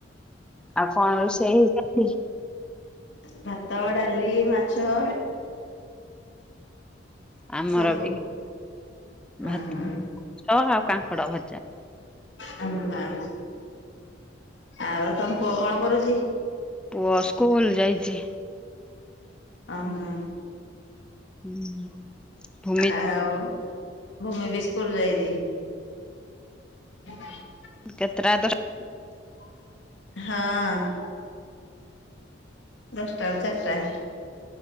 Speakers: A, in the centre; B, on the left.
A: ଆଉ କଣ ରୋଷେଇ ହେଇଛନ୍ତି।
B: ଭାତ ଡାଲି ମାଛ।
A: ଆମର
B: ସବୁ
A: ବି ଭାତ
B: ଅହଁ
A: ଆଉ କାଙ୍କଡ ଭଜା।
B: ହଁ ଆଉ ତମ ପୁଅ କଣ କରୁଚି?
A: ପୁଅ ସ୍କୁଲ ଯାଇଚି।
B: ଅ ହଁ।
A: ହୁଁ। ଭୂମି
B: ଆଉ ଭୂମି ବି ସ୍କୁଲ ଯାଇଚି। <unintelligible>
A: କେତେ ଟା ଦଷ <unintelligible>
B: ହଁ। ଦଶଟା ରୁ ଚାରିଟା।